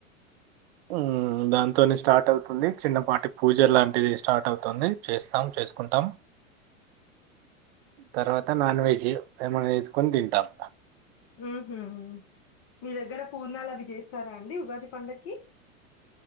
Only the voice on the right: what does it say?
ఆ దాన్ తోనే స్టార్ట్ అవుతుంది చిన్నపాటి పూజ లాంటిది స్టార్ట్ అవుతుంది చేస్తాం చేసుకుంటాం తర్వాత నాన్ వెజ్ ఏమన్నా చేసుకొని తింటాం